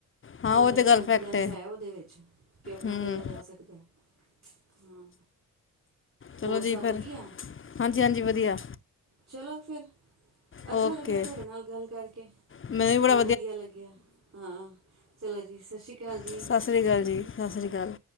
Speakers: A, on the left; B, on the right.
A: ਹਾਂ
B: ਕੱਲਾ
A: ਉਹ ਤਾਂ
B: ਏ
A: ਗੱਲ
B: ਕਨਫੀਡੈਂਸ
A: ਫੈਕਟ
B: ਹੈ ਉਹਦੇ ਵਿੱਚ। ਕਿ ਆਪਣਾ
A: ਹੂੰ
B: ਕੱਲਾ ਜਾ ਸਕਦਾ। ਹਾਂ
A: ਚਲੋ
B: ਹੋਰ ਸਭ
A: ਜੀ ਫਿਰ।
B: ਵਧੀਆ
A: ਹਾਂਜੀ- ਹਾਂਜੀ ਵਧੀਆ।
B: ਚਲੋ ਫਿਰ ਅੱਛਾ
A: ਓਕੇ
B: ਲੱਗਿਆ ਤੁਆਡੇ ਨਾਲ ਗੱਲ ਕਰਕੇ।
A: ਮੈਨੂੰ ਵੀ ਬੜਾ
B: ਬਹੁ ਵਧੀਆ ਲੱਗਿਆ। ਹਾਂ ਚਲੋ ਜੀ-ਸਸ਼ੀ ਕਾਲ ਜੀ
A: ਸਤਿ ਸ਼੍ਰੀ ਅਕਾਲ ਜੀ ਸਤਿ ਸ਼੍ਰੀ ਅਕਾਲ